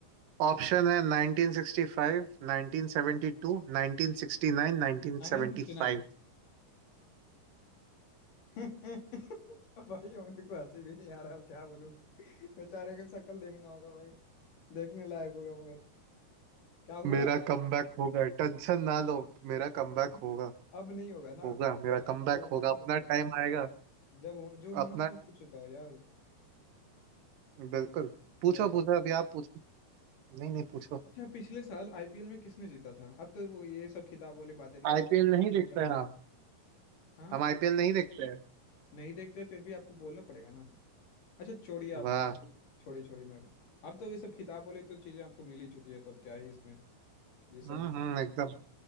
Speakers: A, on the right; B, on the left.
A: ऑप्शन है 1965 1972 1969 1975
B: 1969 <laughs> भाई मेरे को हंसी भी नहीं आ रहा अब क्या बोलूं <laughs> बेचारे का शक्ल देखना होगा भाई देखने लायक होगा मगर क्या हुआ
A: मेरा कमबैक होगा टेंशन ना लो मेरा कमबैक
B: <laughs>
A: होगा
B: अब नहीं होगा ना
A: होगा
B: अब
A: मेरा
B: जो
A: कमबैक
B: होना
A: होगा
B: था
A: अपना
B: हो गया
A: टाइम आएगा
B: जब हो, जो होना
A: अपना
B: था हो चुका यार
A: बिल्कुल पूछो
B: अरे
A: पूछो अभी आप पूछो नहीं नहीं पूछो
B: अच्छा पिछले साल आईपीएल में किसने जीता था अब तो वो ये सब खिताब वाली बातें नहीं
A: आईपीएल
B: अब
A: नहीं
B: मीडिया
A: देखते
B: वाले
A: हैं आप
B: हाँ
A: हम आईपीएल नहीं देखते हैं
B: नहीं देखते फिर भी आपको बोलना पड़ेगा ना अच्छा छोड़िए आप
A: वाह
B: छोड़िए छोड़िए मैम अब तो ये सब खिताब वाले तो चीज़ें आपको मिल ही चुकी है तो अब क्या ही इसमें ये सब
A: हम्म
B: में
A: हम्म एकदम